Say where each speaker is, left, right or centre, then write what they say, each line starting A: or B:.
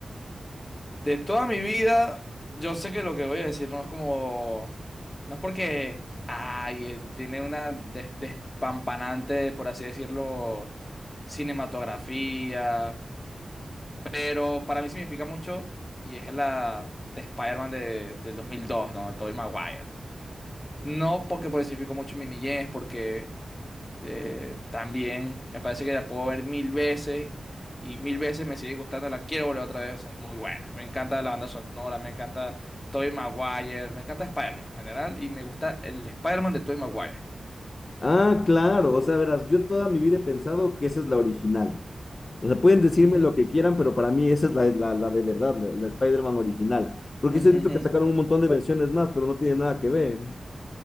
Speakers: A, on the left (about 25°); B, on the left (about 50°).
A: De toda mi vida, yo sé que lo que voy a decir no es como... No es porque... Ay, eh, tiene una des- despampanante, por así decirlo, cinematografía. Pero para mí significa mucho y es la de Spider-Man de, del dos mil dos ¿no? De Tobey Maguire. No porque por mucho en mi niñez, porque Eh, también me parece que la puedo ver mil veces y mil veces me sigue gustando, la quiero volver otra vez, o sea, es muy buena. Me encanta la banda sonora, me encanta Tobey Maguire, me encanta Spider-Man en general y me gusta el Spider-Man de Tobey Maguire.
B: Ah, claro, o sea, verás, yo toda mi vida he pensado que esa es la original. O sea, pueden decirme
A: Ujú,
B: lo que quieran, pero para mí esa es la, la, la de verdad, la, la Spider-Man original. Porque
A: ujú,
B: se han dicho
A: ujú.
B: que sacaron un montón de versiones más, pero no tiene nada que ver.